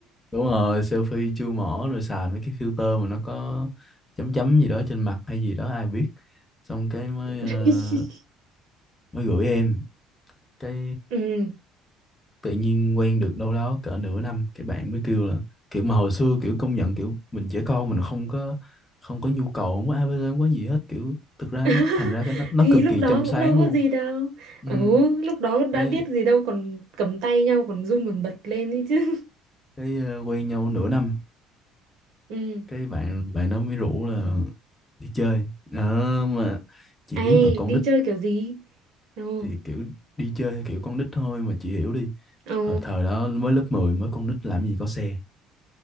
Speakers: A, on the left; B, on the right.
A: đúng rồi selfie chưa mỏ rồi xài mấy cái filter mà nó có chấm chấm gì đó trên mặt hay gì đó ai biết xong cái mới
B: <laughs>
A: ờ, mới gửi em cái
B: Ừ.
A: tự nhiên quen được đâu đó cỡ nửa năm cái bạn mới kêu là kiểu mà hồi xưa kiểu công nhận kiểu mình trẻ con mình không có không có nhu cầu không có ABC không có gì hết kiểu thực ra
B: <laughs>
A: nó, thành ra cái nó, nó
B: Thì
A: cực
B: lúc
A: kỳ
B: đó
A: trong sáng
B: cũng đâu có
A: luôn
B: gì đâu.
A: ừ,
B: Ừ, lúc đó đã
A: cái
B: biết gì đâu còn cầm tay nhau còn run còn bật lên ấy chứ. <laughs>
A: cái ờ, quen nhau nửa năm
B: Ừ.
A: cái bạn bạn nó mới rủ là đi chơi Ờ, mà chị
B: Ai
A: biết mà con
B: đi
A: nít
B: chơi kiểu gì? Ồ.
A: thì kiểu đi chơi theo kiểu con nít thôi mà chị hiểu đi
B: Ồ.
A: hồi thời đó mới lớp 10 mới con nít làm gì có xe